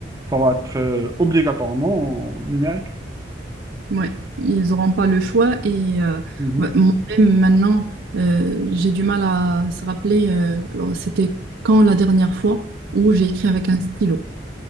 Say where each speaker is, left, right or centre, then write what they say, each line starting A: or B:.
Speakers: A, on the right; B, on the right.
A: ça va être euh, obligatoirement numérique.
B: Ouais, ils n'auront pas le choix et euh,
A: Mhm.
B: ouais, moi-même maintenant, euh, j'ai du mal à se rappeler, euh, alors, c'était quand la dernière fois où j'ai écrit avec un stylo.